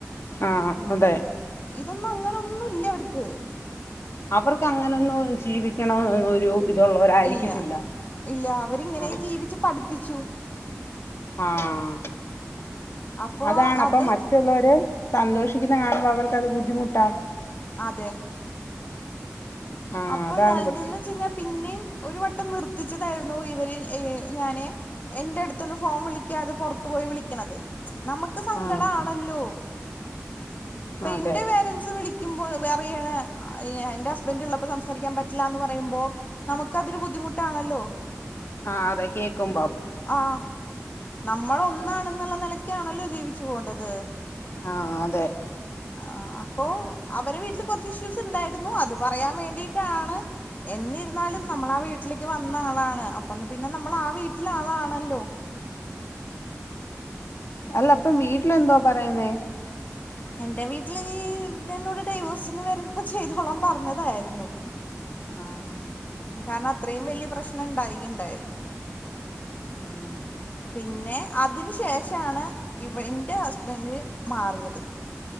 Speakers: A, on the left; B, on the left.
A: ആഹ് അതെ
B: ഇതൊന്നും അങ്ങനെന്നുംല്ല അവർക്ക്
A: അവർക്ക് അങ്ങനൊന്നും ജീവിക്കണ ഒരു ഇതള്ളവരായിരിക്കത്തില്ല
B: ഇല്ല ഇല്ല അവരിങ്ങനെ
A: ഉം
B: ജീവിച്ച് പഠിപ്പിച്ചു
A: ആഹ്
B: അപ്പോ
A: അതാണ്
B: അത്
A: അപ്പൊ മറ്റുള്ളവര് സന്തോഷിക്കുന്ന കാണുമ്പോ അവർക്കത് ബുദ്ധിമുട്ടാ
B: അതെ
A: ആഹ്
B: അപ്പൊ
A: അതാണ്
B: ഇതന്ന്
A: പ്രശ്നം
B: വച്ച് കഴിഞ്ഞാൽ പിന്നെയും ഒരു വട്ടം നിർത്തിച്ചതായിരുന്നു ഇവര് ഞാന് എന്റെ അടുത്തന്ന് ഫോൺ വിളിക്കാതെ പുറത്തു പോയി വിളിക്കണത് നമുക്ക് ക് സങ്കടാണല്ലോ
A: ആഹ്
B: പ്പോ
A: അതെ
B: ഇൻ്റെ പേരൻസ് വിളി കുമ്പോ പറയാണ് എന്റെ ഹസ്ബൻഡ് ഉള്ള പ്പൊ സംസാരിക്കാൻ പറ്റില്ല എന്ന് പറയുമ്പോ നമുക്കതൊരു ബുദ്ധിമുട്ടാണല്ലോ
A: ആഹ് അതെ കേക്കുമ്പോ
B: ആഹ് നമ്മള ഒന്നാണെന്നുള്ള നിലക്കാണല്ലോ ജീവിച്ചു പോണ്ടത്
A: ആഹ് അതെ
B: ആ അപ്പോ അവരെ വീട്ടില് കുറച്ച് ഇഷ്യൂസ് ഇണ്ടായിരുന്നു അത് പറയാൻ വേണ്ടിയിട്ടാണ് എന്നിരുന്നാലും നമ്മള് ആ വീട്ടിലേക്ക് വന്ന ആളാണ് അപ്പന്ന പിന്നെ നമ്മൾ ആ വീട്ടിലെ ആളാണല്ലോ
A: അല്ല പ്പം വീട്ടില് എന്തോ പറയുന്നേ?
B: എന്റെ വീട്ടില് എന്നോട് ഡൈവോഴ്സിന് വരുമ്പോ ചെയ്തോളൻ പറഞ്ഞതായിരുന്നു.
A: ആഹ്
B: കാരണം അത്രയും വലിയ പ്രശ്നം ഇണ്ടായിണ്ടായി
A: ഉം
B: പിന്നെ അതിന് ശേഷാണ് ഇവ എന്റെ ഹസ്ബൻഡ് മാറിയത്.